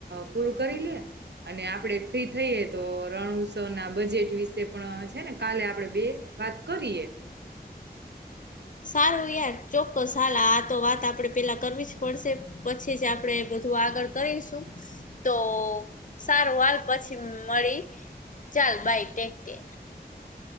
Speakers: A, on the right (about 90°); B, on the left (about 50°).
A: પૂરું કરી લે અને આપણેે ફ્રી થઈએ તો રણ ઉત્સવ ના બજેટ વિશે પણ છે ને કાલે આપણેે બે વાત કરીએ
B: સારું યાર ચોક્કસ હાાલ આ તો વાત આપડે પેલા કરવી જ પડશે પછી જ આપડે આગળ કરીશું તો સારું હલ પછી મળી ચાલ ભઈ ટેક કે